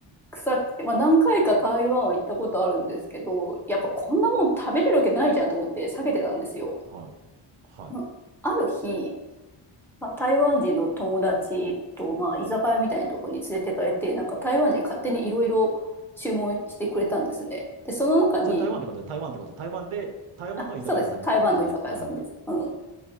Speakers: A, in the centre; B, on the right.
A: 臭くて、まあ、何回か台湾は行ったことあるんですけどやっぱこんなもん食べれるわけないじゃんと思って避けてたんですよ。
B: はい。はい。
A: まあ、ある日、まあ、台湾人の友達と、まあ、居酒屋みたいなところに連れてかれてなんか台湾人勝手にいろいろ注文してくれたんですね。でその中に
B: それ台湾ってことで、台湾ってことで、台湾で、台湾の居酒屋さんにってことですね。
A: あそうです台湾の居酒屋さんです。
B: なるほど。
A: うん、